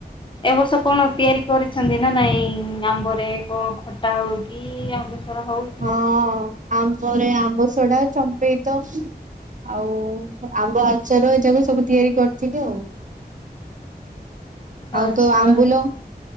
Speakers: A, on the left; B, on the right.
A: ଏବର୍ଷ କଣ ତିଆରି କରି ଛନ୍ତି ନା ନାଇଁ ଆମ୍ବରେ କଣ ଖଟା ହୋଉ କି ଆମ୍ବ ସରା ହୋଉ?
B: ହଁ ଆମ୍ବରେ ଆମ୍ବ ସଡା, ଚମ୍ପେଇ ତ ଆଉ ଆମ୍ବ ଆଚାର ଏ ଯାକ ସବୁ ତିଆରି କରିଥିଲି ଆଉ। ଆଉ
A: ଆଚ୍ଛା
B: ତୋ ଆମ୍ବୁଲ